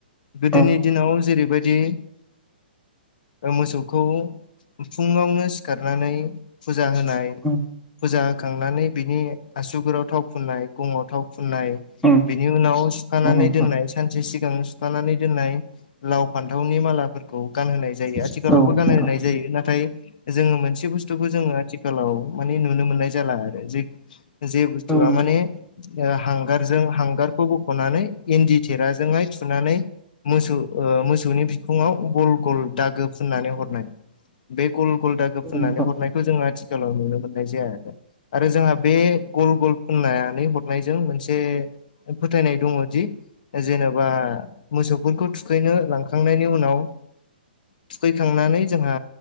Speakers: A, on the left; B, in the centre.
A: गोदोनि
B: औ
A: दिनाव जेरैबायदि मोसौखौ फुङावनो सिखारनानै फुजा होनाय
B: औ
A: फुजा होखांनानै बिनि आसुगुराव थाव फुननाय गङाव थाव फुननाय
B: नोंथां
A: बिनि उनाव सुखानानै
B: औ नोंथां
A: दोननाय सानसे सिगां सुखांनानै दोननाय लाव फान्थावनि मालाफोरखौ गान होनाय जायो आथिखालावबो
B: औ
A: गानहोनाय
B: औ नोंथां
A: जायो नाथाय जोङो मोनसे बुस्थुखौ जोङो आथिखालाव माने नुनो मोननाय जाला आरो जे जे बुस्थुआ
B: औ नोंथां
A: माने हांगारजों हांगार बेखौ बख'नानै इन्दि थेराजोंहाय थुनानै मोसौ मोसौनि बिखुङाव गल गल दागो फुननानै हरनाय बे गल गलदागो फुननानै
B: औ नोंथां
A: हरनायखौ जों आथिखालाव नुनो मोननाय जाया आरो आरो जोंहा बे गल गल फुननानै हरनायजों मोनसे फोथायनाय दङ दि जेनेबा मोसौफोरखौ थुखैनो लांखांनायनि उनाव थुखैखांनानै जोंहा